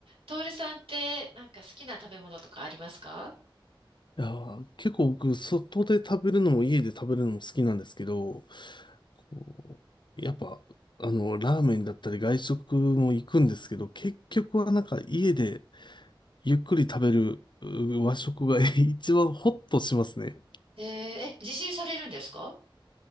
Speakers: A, on the right; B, on the left.
A: トールさんってなんか好きな食べ物とかありますか
B: いやー、結構僕、外で食べるのも家で食べるのも好きなんですけど、こう、やっぱ、あの、ラーメンだったり外食も行くんですけど、結局はなんか家でゆっくり食べるう和食が <laughs> 一番ホッとしますね。
A: えー、え、自炊されるんですか